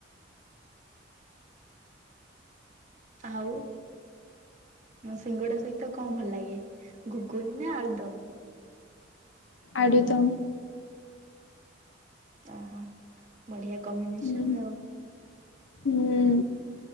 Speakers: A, on the right; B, on the left.
A: ଆଉ ଁ ସିଙ୍ଗଡା ସହିତ କଣ ଭଲ ଲାଗେ ଘୁଗୁନ ନା ଆଳଦମ?
B: ଆଡ଼ିିତ
A: ଓହୋ ବଢିଆ କମ୍ବିନେସନ
B: ହୁଁ
A: ଆଉ
B: ହୁଁ